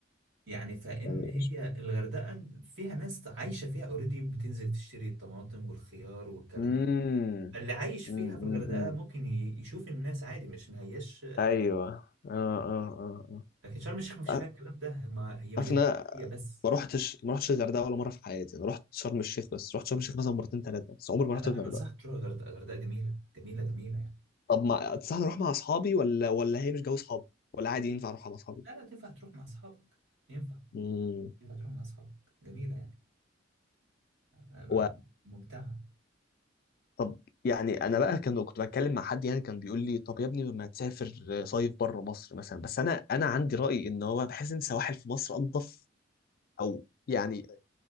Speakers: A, on the right (about 75°); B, on the left (about 50°).
A: يعني فان
B: يعني
A: هي
B: مش-
A: الغردقه فيها ناس عايشه فيها اوريدي بتنزل تشتري الطماطم والخيار والكلام
B: امم
A: ده اللي عايش فيها
B: امم
A: في
B: امم
A: الغردقه
B: أمم.
A: ممكن ي- يشوف الناس عادي مش ما هياش
B: ايوه اه اه اه
A: لكن شرم الشيخ ما فيش فيها
B: اه
A: الكلام ده ما هي مدينه
B: عارف إن أنا
A: سياحيه بس
B: ما رحتش ما رحتش الغردقه ولا مره في حياتي انا رحت شرم الشيخ بس رحت شرم الشيخ مثلا مرتين ثلاثه بس عمري ما
A: لا
B: رحت
A: لا
B: الغردقه
A: انا انصحك تروح الغردقه الغردقه جميله جميله جميله يعني
B: طب ما تنصحني اروح مع اصحابي ولا ولا هي مش جو اصحابي ولا عادي ينفع اروح مع اصحابي
A: لا لا تنفع تروح مع اصحابك ينفع
B: امم
A: يبقى تروح مع اصحابك جميله يعني آه،
B: و...
A: ممتعه
B: طب يعني انا بقى كان كنت بتكلم مع حد يعني كان بيقول لي طب يا ابني ما تسافر صيف بره مصر مثلا بس انا انا عندي راي ان هو بحس ان سواحل في مصر انضف او يعني